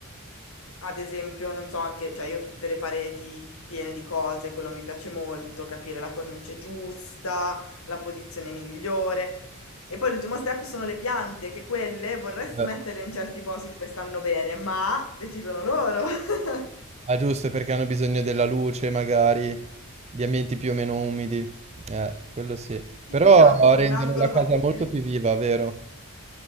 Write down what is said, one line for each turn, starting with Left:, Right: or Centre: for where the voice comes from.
Left: ad esempio, non so, anche, cioè io ho tutte le pareti piene di cose, quello mi piace molto, capire la cornice giusta, la posizione migliore. E poi l'ultimo step sono le piante, che quelle vorresti
Right: Beh,
Left: metterle in certi posti dove stanno bene, ma decidono loro. <laughs>
Right: Ah, giusto, perché hanno bisogno della luce, magari, di ambienti più o meno umidi. Eh, quello sì.
Left: Sì,
Right: Però
Left: sì, ho anche solo
Right: rendono
Left: un angolo
Right: la casa
Left: va
Right: molto
Left: bene.
Right: più viva, vero?